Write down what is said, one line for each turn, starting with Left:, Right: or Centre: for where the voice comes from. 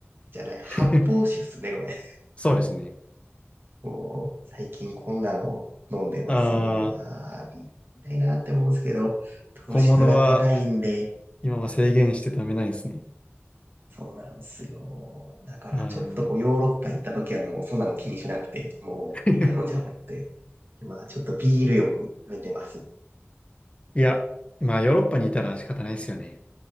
Right: じゃない、発泡酒っすね、
Left: <laughs>
Right: これ。
Left: そうですね。
Right: もう、最近こんなの飲んでます。
Left: ああ、
Right: もう、あービール飲みたいなって思うんですけど、糖質が高いんで、
Left: 小物は今は制限して食べないんですね。
Right: そうなんですよ。だから、
Left: あー
Right: ちょっとこう、ヨーロッパ行った時はもう、そんなの気にしなくて、もう、
Left: <laughs>
Right: いっぱい飲んじゃおうって。今、ちょっとビールよく食べてます。
Left: いや、まあヨーロッパにいたら仕方ないですよね。